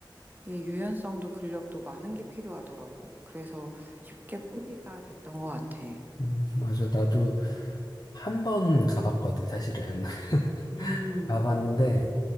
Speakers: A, on the right; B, on the left.
A: 이게 유연성도 근력도 많은 게 필요하더라고. 그래서 쉽게 포기가 됐던 것 같아.
B: 음, 맞아. 나도 한 번 가봤거든, 사실은. <laughs>
A: 음,
B: 가봤는데,